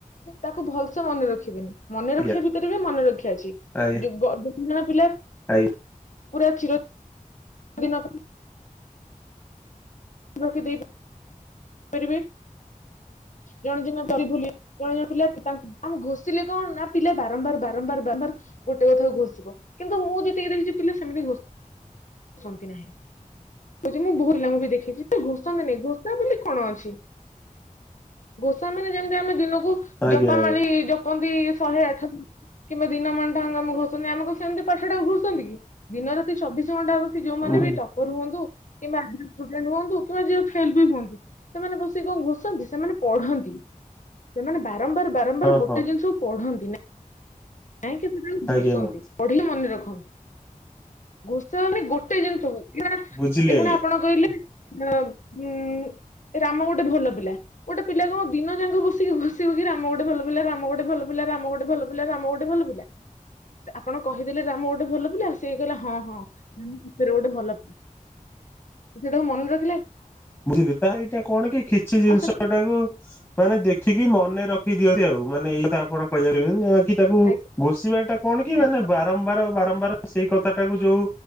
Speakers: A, on the left; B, on the left.
A: ତାକୁ ଭଲସେ ମନେ ରଖିବେନି। ମନେରଖିବା
B: ଆଜ୍ଞା
A: ଭିତରେ ବି ମନେରଖିବା ଅଛି
B: ଆଜ୍ଞା
A: ଦି ଗ ଦିଇ ତିନି ଜଣ ପିଲା
B: ଆଜ୍ଞା
A: ପୁରା ଚିର ଦିନ ପାଇଁ ରଖି ଦେଇପା ରିବେ। ଜଣେ <unintelligible> କୁହାଯାଉଥିଲା ତାଙ୍କ ଆମେ ଘୋଷିଲେ କଣ ହେଲା ପିଲା ବାରମ୍ବାର ବାରମ୍ବାର ବାରବାର ଗୋଟେ କଥାକୁ ଘୋଷିବ କିନ୍ତୁ ମୁଁ ଯେତିକି ଦେଖିଚି ପିଲା ସେମିତି ଘୋ ଷନ୍ତି ନାହିଁ। ମୁଁ <unintelligible> ବୋହୁତ ପିଲାଙ୍କୁ ବି ଦେଖିଚି। ଘୋସନ୍ତିନି ଘୋସା ବୋଲି କଣ ଅଛି। ଘୋସା ମାନେ ଯେମିତି ଆମେ ଦିନକୁ
B: ଆଜ୍ଞା
A: ଜପା
B: ଆଜ୍ଞା
A: ମାଳି ଜପନ୍ତି ଶହେ ଆଠଥ କିମ୍ବା ଦିନ ମାନଟାଙ୍ଗ ଆମକୁ ଘୋଷନ୍ତି ଆମକୁ ସେମିତି ପାଠ ଟାକୁ ଘୋଷନ୍ତି କି ଦିନ ରାତି ଚବି ଶି ଘଣ୍ଟା ବସି ଯୋଉମାନେ
B: ଉଁ,
A: ବି ଟପର ହୁଅନ୍ତୁ କିମ୍ବା ଷ୍ଟୁଡେଣ୍ଟ ହୁଅନ୍ତୁ କିମ୍ବା ଯିଏ ଫେଲ୍ ବି ହୁଅନ୍ତୁ। ସେମାନେ ବସିକି କଣ ଘୋଷନ୍ତି ସେମାନେ ପଢନ୍ତି। ସେମାନେ ବା ରମ୍ବାର ବାରମ୍ବାର
B: ହଁ
A: ଗୋଟେ
B: ହଁ
A: ଜିନିଷକୁ ପଢନ୍ତି। ନାଇଁକି ସେଟାକୁ
B: ଆଜ୍ଞା
A: ଘୋଷନ୍ତି
B: ମ୍ୟାମ୍।
A: ପଢିକି ମନେ ରଖନ୍ତି। ଘୋଷା ମାନେ ଗୋଟେ ଜିନିଷ କୁ <unintelligible>
B: ବୁଝିଲି
A: ଏ
B: ଆଜ୍ଞା
A: ଖୁଣା ଆପଣ କହିଲେ ଅଁ ଉଁ ରାମ ଗୋଟେ ଭଲ ପିଲା। ଗୋଟେ ପିଲା କଣ ଦିନ ଯାକ ବସିକି ଘୋଷିବ କି ରାମ ଗୋଟେ ଭଲ ପିଲା ରାମ ଗୋଟେ ଭଲ ପିଲା ରାମ ଗୋଟେ ଭଲ ପିଲା ରାମ ଗୋଟେ ଭଲ ପିଲା ଆପଣ କହିଦେଲେ ରାମ ଗୋଟେ ଭଲ ପିଲା ସେ କହିଲା ହଁ ହଁ ଉଁ <unintelligible> ଗୋଟେ ଭଲ ସେଟାକୁ ମନେ ର
B: ବୁଝିଲି ତାର ଏଇଟା କଣ କି କିଛି ଜିନିଷ
A: ଆଉ ସେଟା
B: ଟାକୁ ମାନେ ଦେଖିକି ମନେ ରଖି ଦିଅନ୍ତି ଆଉ ମାନେ ଏଇ କଥା ଆପଣ କହିବାକୁ <unintelligible> କି ତାକୁ
A: ଆଜ୍ଞା
B: ଘୋଷିବା ଟା କଣ କି ମାନେ
A: ଆଜ୍ଞା
B: ବାରମ୍ବାର ବାରମ୍ବାର ସେଇ କଥା ଟାକୁ ଯୋଉ